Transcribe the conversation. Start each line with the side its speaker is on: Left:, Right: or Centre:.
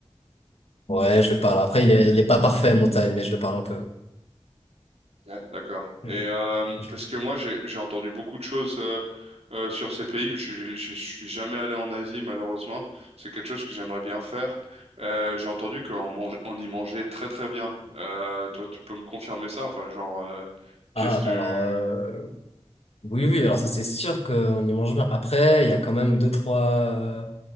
Left: Ouais, je le parle. Après, il est, il est pas parfait, mon taille, mais je le parle un peu.
Right: Ouais, d'accord.
Left: Je-
Right: Et euh,
Left: je
Right: parce
Left: le-
Right: que moi j'ai j'ai entendu beaucoup de choses euh, euh, sur ces pays. Je suis je, je suis jamais allé en Asie malheureusement. C'est quelque chose que j'aimerais bien faire. Euh, j'ai entendu qu'on mange on y mangeait très très bien. Euh, toi tu peux me confirmer ça? Enfin genre euh, qu'est-ce
Left: Ah, bah
Right: que
Left: alors, euh,
Right: tu
Left: oui, oui, alors ça, c'est sûr qu'on y mange bien. Après, il y a quand même deux, trois.